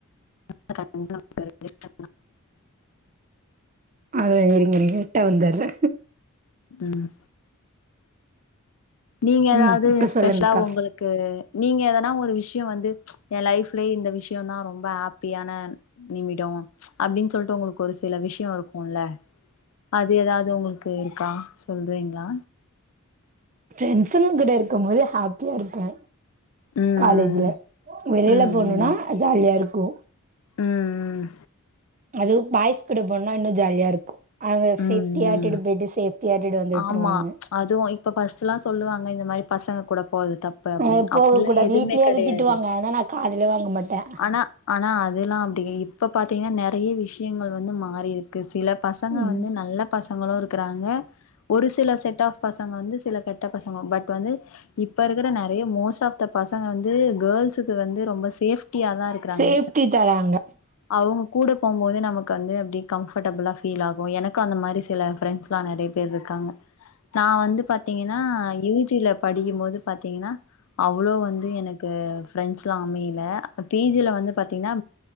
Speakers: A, on the left (about 70°); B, on the right (about 35°).
A: <unintelligible>
B: அது நீங்க <unintelligible> இருட்டா வந்தற்ரே
A: ம் நீங்க எதாவ்து
B: ம் இப்ப
A: ஸ்பெஷலா
B: சொல்லுங்க்கா
A: உங்களுக் கு நீங்க எதனா ஒரு விஷ்யோ வந்து ஏ லைஃப்லயே இந்த விஷ்யோதா ரொம்ப ஹேப்பியான நிமிடோ அப்டின் சொல்ட்டு ஒங்ளுக் ஒரு சில விஷ்யோ இருக்குல அது எதாவ்து ஒங்ளுக்கு இருக்கா சொல்றீங்ளா
B: ஃப்ரெண்ட்ஸ்ங்க கூட இருக்கு போது ஹேப்பியா இருக்கு
A: ம்
B: காலேஜ்ல வெளியில
A: ம்
B: போணுனா ஜாலியா இருக்கு
A: ம் ம்
B: அதுவு பாய்ஸ் கூட போனனா இன்னு ஜாலியா இருக்கு அவுங்க
A: ம்
B: சேஃப்டிய
A: ம்
B: இட்டுட்டு பொய்ட்டு சேஃப்டியா இட்டுட்டு வந்து விட்ருவாங்க
A: ஆமா அதுவு இப்ப ஃபஸ்ட்டுலா சொல்லுவாங்க இந்த மாரி பசங்க கூட போறது தப் பு அப்டின்னு
B: அ போக
A: அப்ட்லா
B: கூடாது
A: எதுவுமே
B: வீட்லயே
A: கெடையாது
B: அது திட்டுவாங்க ஆனா நா காதுல வாங்க மாட்டே
A: ஆனா ஆனா அதுலா அப்டி இப்ப பாத்திங்ன்னா நெறைய விஷயங்கள் வந்து மாறிருக்கு சில பசங்க
B: ம்
A: வந்து நல்ல பசங்களு இருக்குறாங்க ஒரு சில செட் ஆஃப் பசங்க வந்து சில கெட்ட பசங்க பட் வந்து இப்ப இருக்குற நெறைய மோஸ்ட் ஆஃப் த பசங்க வந்து கேர்ள்ஸுக்கு வந்து ரொம்ப சேஃப்டியா தா இருக்குறாங்க
B: சேஃப்டி தராங்க
A: அவுங்க கூட போம்போது நமக்கு வந்து அப்டி கம்ஃபர்டபிளா ஃபீல் ஆகு எனக்கு அந்த மாரி சில ஃப்ரெண்ட்ஸ் லா நெறைய பேர் இருக்காங்க நா வந்து பாத்திங்கன்னா யூ ஜி ல படிக்கும்போது பாத்திங்கன்னா அவ்ளோ வந்து எனக்கு ஃப்ரெண்ட்ஸ்லா அமையல பி ஜி ல வந்து பாத்தீங்ன்னா